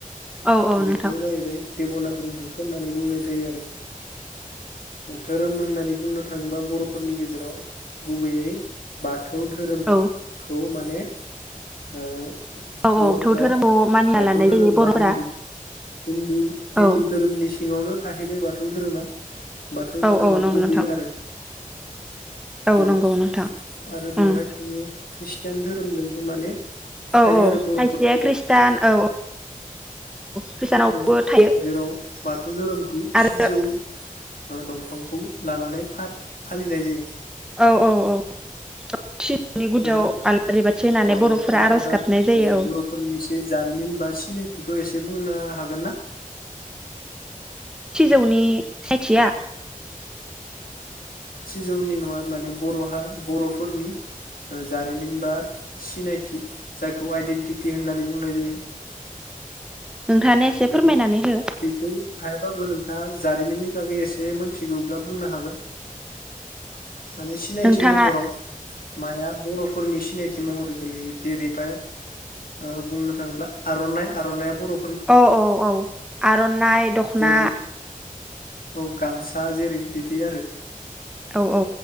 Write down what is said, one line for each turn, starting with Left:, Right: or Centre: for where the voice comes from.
Centre: औ औ नोंथां
Left: बेखौ जाहैबाय देबना रि हांखो होननानै बुंनाय जायो आरो धोरोम होननानै बुंनो थाङोबा बर'फोरनि गेजेराव गुबैयै बाथ थौ धोरोमखौ
Centre: औ
Left: माने ओ
Centre: औ औ
Left: बर'फ्रा
Centre: बाथौ धोरोमखौ मानिना
Left: बाथौ
Centre: लानाय
Left: धोरोम
Centre: जायो बर'फोरा
Left: बा हिन्दु हिन्दु हिन्दु
Centre: औ
Left: धोरोमनि सिङावनो थाहैबाय बाथौ धोरोमा बाथौ
Centre: औ
Left: धोरोमा
Centre: औ नंगौ
Left: गुबै
Centre: नोंथां
Left: आरो
Centre: औ
Left: जेराव
Centre: नंगौ नोंथां
Left: आरो
Centre: उम
Left: बेवहाय थायो ख्रिष तियान धोरोमजोंबो माने
Centre: औ
Left: थायो
Centre: औ
Left: आरो बर'फोर
Centre: खायसेया ख्रिस्टान औ औ खृष्टानावबो
Left: औ
Centre: थायो
Left: जेराव बाथौ धोरोमखौ
Centre: आरो
Left: सिजौ ओरो दंफांखौ लानानै फा फालिनाय जायो
Centre: औ औ औ सिजौनि गुदियाव
Left: बेवहाय
Centre: आलारि बाथि होनानै
Left: औ
Centre: बर'फोरा
Left: नोंथाङा
Centre: आर'ज
Left: एबा
Centre: गाबनाय जायो
Left: ओ
Centre: औ
Left: बर'फोरनि एसे जारिमिन बा सिनायथिखौ एसे बुंनो हागोन ना
Centre: सिजौनि <unintelligible>
Left: सिजौनि नङा माने बर'हा बर'फोरनि जारिमिन बा सिनायथि जायखौ आइडेन्टिटि होननानै बुंनाय जायो
Centre: नोंथाङानो एसे
Left: बिदि
Centre: फोरमायनानै हो
Left: बेखौ हायाबाबो नों आ जारिमिननि बागै एसेमोन थिगौब्ला बुंनो हागोन माने सिनायथि
Centre: नोंथाङा
Left: महराव माया बर'फोरनि सिनायथि महरै गोलैयो जेरैबाय ओ बुंनो थाङोब्ला आर'नाइ आर'नाइया बर'
Centre: औ औ औ आर'नाइ दख'ना
Left: जेरै औ गामसा जेरै बिदि आरो
Centre: औ औ